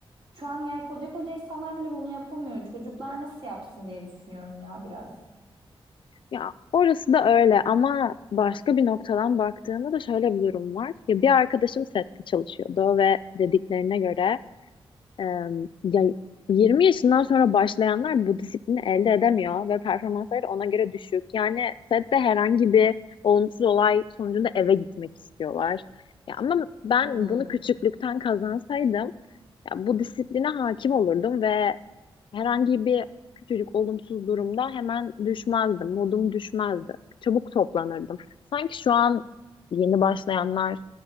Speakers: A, on the right; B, on the left.
A: Şu an yani koca koca insanlar bile bunu yapamıyor. Çocuklar nasıl yapsın diye düşünüyorum ya biraz.
B: Ya orası da öyle ama başka bir noktadan baktığında da şöyle bir durum var. Ya bir arkadaşım sette çalışıyordu ve dediklerine göre Ee, ya 20 yaşından sonra başlayanlar bu disiplini elde edemiyor ve performansları ona göre düşük. Yani sette herhangi bir olumsuz olay sonucunda eve gitmek istiyorlar. Ya ama ben
A: Hmm.
B: bunu küçüklükten kazansaydım ya bu disipline hakim olurdum ve herhangi bir küçücük olumsuz durumda hemen düşmezdim. Modum düşmezdi. Çabuk toplanırdım. Sanki şu an yeni başlayanlar